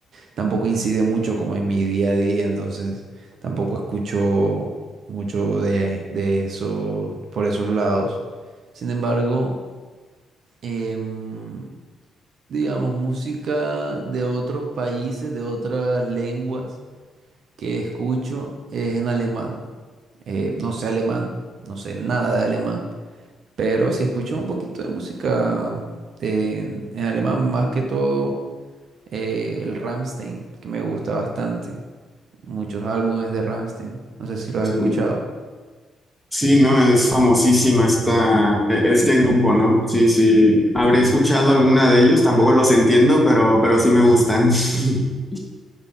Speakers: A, on the right; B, in the centre.
A: tampoco incide mucho como en mi día a día, entonces tampoco escucho mucho de, de eso por esos lados. Sin embargo, em, digamos, música de otros países, de otras lenguas que escucho es en alemán. Eh, no sé alemán, no sé nada de alemán, pero sí escucho un poquito de música de en alemán, más que todo eh, el Rammstein, que me gusta bastante muchos álbumes de Rammstein. No sé si los
B: Sí.
A: has escuchado.
B: Sí, ¿no? Es famosísima esta, e- este grupo, ¿no? Sí, sí. Habré escuchado alguna de ellos, tampoco los entiendo, pero, pero sí me
A: Ujú.
B: gustan. <laughs>